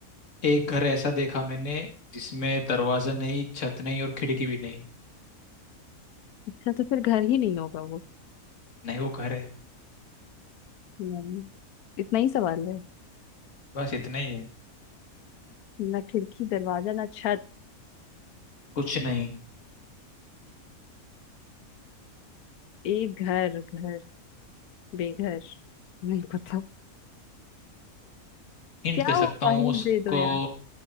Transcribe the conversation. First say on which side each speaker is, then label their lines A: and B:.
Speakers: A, on the left (about 60°); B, on the left (about 90°).
A: एक घर ऐसा देखा मैंने जिसमें दरवाजा नहीं छत नहीं और खिड़की भी नहीं
B: अच्छा तो फिर घर ही नहीं होगा वो
A: नहीं वो घर है
B: नहीं इतना ही सवाल है
A: बस इतना ही है
B: ना खिड़की दरवाजा ना छत
A: कुछ नहीं
B: एक घर घर बेघर नहीं पता
A: हिंट
B: क्या
A: दे सकता
B: होगा
A: हूँ
B: हिंट
A: उसको
B: दे दो यार